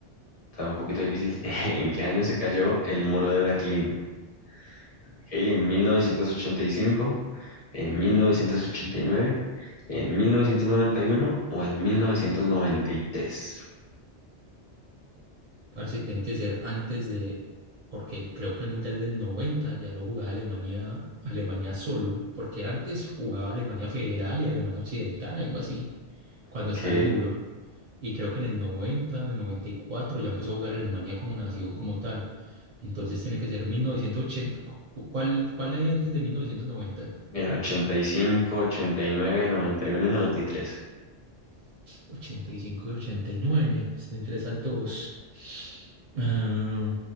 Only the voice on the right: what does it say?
Parece tiene que ser antes de, porque creo que el Mundial del 90 ya lo jugaba Alemania, Alemania solo, porque antes jugaba Alemania Federal y Alemania Occidental, algo así, cuando
estaba el muro. Y creo que en el 90, el 94 ya empezó a jugar Alemania como nación, como tal. Entonces tiene que ser 1980. cu- ¿Cuál, cuál hay antes de 1990?
85 y 89. estoy Entre esas dos. Ah,